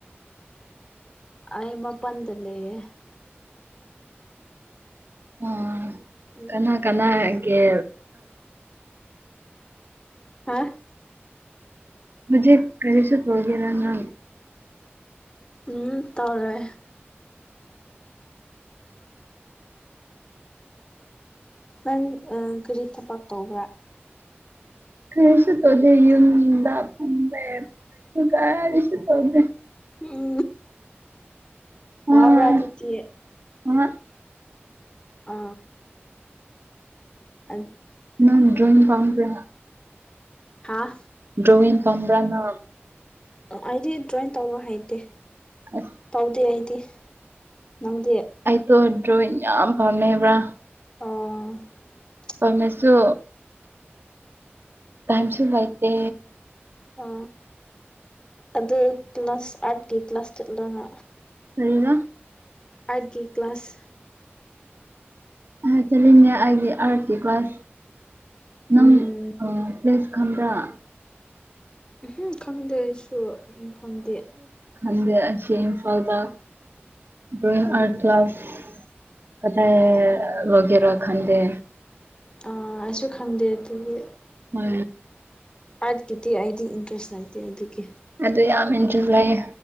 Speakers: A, on the left (about 20°); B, on the right (about 60°).
A: ꯑꯩ ꯃꯄꯥꯟꯗ ꯂꯩꯦ
B: ꯑ
A: ꯎꯝ
B: ꯀꯅꯥ ꯀꯅꯥꯒꯦ
A: ꯍꯥ
B: ꯃꯦ ꯀꯔꯤꯦꯁꯨ ꯊꯒꯔ ꯅ
A: ꯎꯝ ꯇꯧꯔꯦ ꯅꯪ ꯀꯔꯤ ꯊꯕꯛ ꯇꯧꯕ꯭ꯔꯥ
B: ꯀꯩꯔꯤꯁꯨ ꯇꯧꯗꯦ ꯌꯨꯝꯗ ꯐꯝꯕ ꯀꯔꯤꯁꯨ ꯇꯧꯗꯦ
A: ꯎꯝ ꯋꯥꯕꯔꯥ
B: ꯑꯥ
A: ꯑꯗꯨꯗꯤ
B: ꯑꯥ
A: ꯑ ꯑ
B: ꯅꯪ ꯗ꯭ꯔꯣꯌ ꯄꯝ꯭ꯕꯔꯥ
A: ꯍꯥꯥ
B: ꯗ꯭ꯔꯣꯋꯤꯟ ꯄꯝꯕ꯭ꯔꯥ ꯅꯪ
A: ꯑꯩꯗꯤ ꯗ꯭ꯔꯣꯏꯟ ꯇꯧꯕ ꯍꯩꯇꯦ
B: ꯑꯁ
A: ꯇꯧꯗꯦ ꯑꯩꯗꯤ ꯅꯪꯗꯤ
B: ꯑꯩꯗꯣ ꯗ꯭ꯔꯣꯋꯤꯡ ꯌꯥꯝ ꯄꯥꯝꯃꯦꯕ꯭ꯔꯥ
A: ꯑꯣ
B: ꯄꯥꯝꯃꯥꯁꯨ ꯇꯥꯏꯝ ꯁꯨ ꯂꯩꯇꯦ
A: ꯑ ꯑꯗꯨ ꯀ꯭ꯂ ꯀ꯭ꯂꯥꯁ ꯑꯠꯀꯤ ꯀ꯭ꯂꯥꯁ ꯆꯠꯂꯣꯅ
B: ꯀꯥꯔꯤꯔꯥ
A: ꯑꯏꯠꯀꯤ ꯀ꯭ꯂꯥꯁ
B: ꯑ ꯇꯔꯅꯦ ꯍꯥꯏ ꯑꯔꯗꯤ ꯀ꯭ꯂꯥꯁ ꯅꯪ
A: ꯎꯝ
B: ꯑ ꯄ꯭ꯂꯦꯁ ꯈꯪꯕꯔꯥ
A: ꯎꯝ ꯈꯪꯗꯦ ꯑꯩꯁꯨ ꯎ ꯐꯪꯗꯦ
B: ꯍꯟꯗꯦ ꯑꯁꯤ ꯏꯝꯐꯥꯜꯗ ꯗ꯭ꯔꯣꯌꯤꯡ
A: ꯎꯝ
B: ꯑꯥꯔꯠ ꯀ꯭ꯂꯥꯁ ꯑ ꯋꯥꯒꯦꯔꯥ ꯈꯥꯟꯗꯦ
A: ꯑ ꯑꯩꯁꯨ ꯈꯪꯗꯦ ꯑꯗꯨꯗꯤ
B: ꯍ
A: ꯑꯥꯔꯠꯀꯤꯗꯤ ꯑꯩꯗꯤ ꯏꯟꯇ꯭ꯔꯦꯁ ꯂꯩꯇꯦ ꯑꯗꯨꯒꯤ
B: ꯑꯩꯗꯤ ꯌꯥꯝ ꯏꯟꯇꯦꯔꯦꯁꯇ꯭ ꯂꯩꯌꯦ